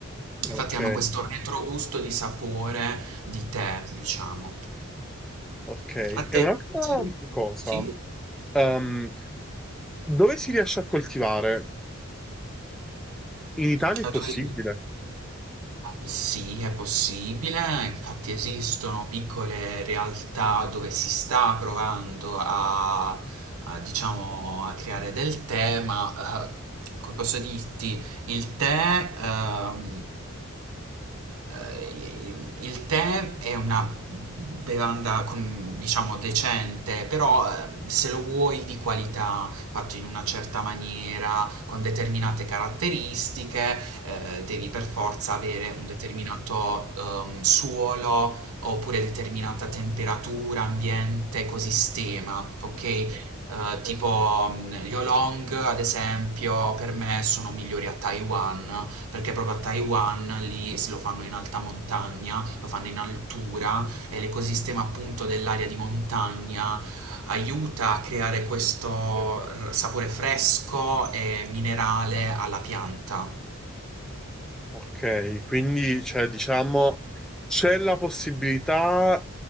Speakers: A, in the centre; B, on the right.
A: Ok,
B: Infatti hanno questo retrogusto di sapore di tè, diciamo.
A: ok.
B: A
A: E
B: te
A: un'altra
B: piace?
A: cosa,
B: Sì?
A: ehm, dove si riesce a coltivare? In Italia è possibile.
B: A dove... Sì, è possibile, infatti esistono piccole realtà dove si sta provando a, a, diciamo, a creare del tè, ma eh, come posso dirti, il tè, ehm, eh, il tè è una bevanda, com- diciamo, decente, però eh, se lo vuoi di qualità, fatto in una certa maniera, con determinate caratteristiche, eh, devi per forza avere un determinato ehm, suolo oppure determinata temperatura, ambiente, ecosistema, ok? Eh, tipo mm, gli oolong, ad esempio, per me sono migliori a Taiwan, perché proprio a Taiwan lì se lo fanno in alta montagna, lo fanno in altura e l'ecosistema appunto dell'area di montagna aiuta a creare questo r- sapore fresco e minerale alla pianta.
A: Ok, quindi cioè, diciamo c'è la possibilità,